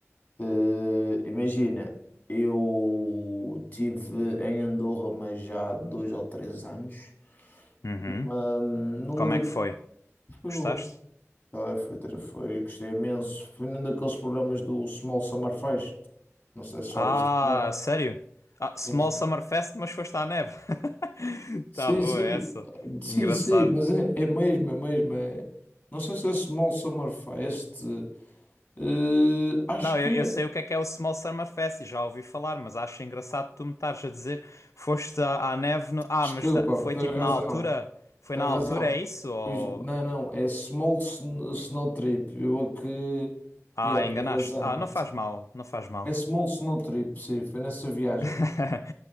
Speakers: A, on the left; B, on the left.
A: Eh, imagina, eu tive em Andorra, mas já há dois ou três anos.
B: Uhum.
A: Ahm, numa
B: Como
A: da...
B: é que foi?
A: Foi
B: Gostaste?
A: bom. Tá, foi, tra- foi, gostei imenso. Foi num daqueles programas do Small Summer Fest. Não sei se
B: Ah,
A: já ouviste falar.
B: sério? Ah, Small
A: Sim, sim.
B: Summer Fest, mas foste à neve. <laughs>
A: Sim,
B: Tá boa
A: sim,
B: essa.
A: sim,
B: Engraçado.
A: sim, mas é, é mesmo, é mesmo. é- Não sei se é Small Summer Fest. eh, acho
B: Não,
A: que
B: eu, eu
A: é.
B: sei o que é que é o Small Summer Fest, e já ouvi falar, mas acho engraçado tu me estares a dizer foste à, à neve no... Ah,
A: Desculpa,
B: mas ta- foi
A: pá, tens
B: tipo
A: razão,
B: na altura? Foi
A: tens
B: na altura,
A: razão.
B: é isso? Ou...
A: Pois, não, não, é Small Sn- Snow Trip. Eu a que.
B: Ah,
A: Yeah,
B: enganaste.
A: tens razão.
B: Ah, não faz mal, não faz mal.
A: É Small Snow Trip, sim, foi nessa viagem.
B: <laughs>